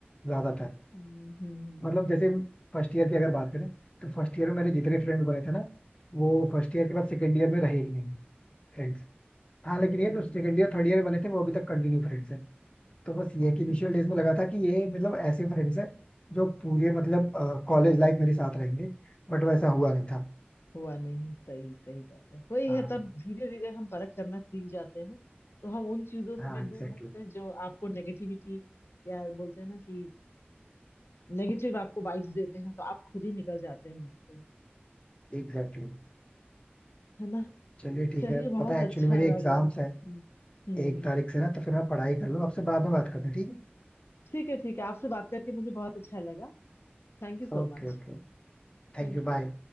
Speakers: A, on the left (about 25°); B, on the left (about 85°).
A: ज्यादातर
B: हम्म हम्म
A: मतलब
B: हम्म
A: जैसे
B: हम्म
A: फर्स्ट ईयर की अगर बात करें तो फर्स्ट ईयर में मेरे जितने फ्रेंड्स बने थे ना वो फर्स्ट ईयर के बाद सेकेंड ईयर में रहे ही नहीं फ्रेंड्स हाँ लेकिन
B: हम्म
A: ये जो सेकेंड ईयर थर्ड ईयर बने थे वो अभी तक कंटिन्यू फ्रेंड्स है तो बस ये है कि इनिशियल
B: हम्म, हम्म।
A: डेज में लगा था कि ये मतलब ऐसे फ्रेंड्स है जो पूरे मतलब कॉलेज लाइफ मेरे साथ रहेंगे बट वैसा हुआ नहीं था
B: हुआ नहीं सही सही बात है वही
A: हाँ
B: है तब धीरे धीरे हम परख करना सीख जाते हैं तो हम उन चीजों से
A: हाँ
B: भी
A: Exactly
B: दूर हटते हैं जो आपको नेगेटिविटी या बोलते हैं ना कि नेगेटिव आपको वाइब्स देते हैं तो आप खुद ही निकल जाते हैं उससे
A: exactly
B: है ना
A: चलिए ठीक
B: चलिए
A: है
B: बहुत
A: पता है
B: अच्छा
A: एक्चुअली मेरे
B: लगा
A: एग्जाम्स
B: हम्म
A: हैं
B: हम्म,
A: एक तारीख से ना तो फिर आप पढ़ाई कर लो आपसे बाद में बात करते हैं ठीक
B: ठीक है ठीक है आपसे बात करके मुझे बहुत अच्छा लगा Thank you
A: है
B: so
A: Okay
B: much.
A: okay Thank
B: Thank
A: you
B: you.
A: bye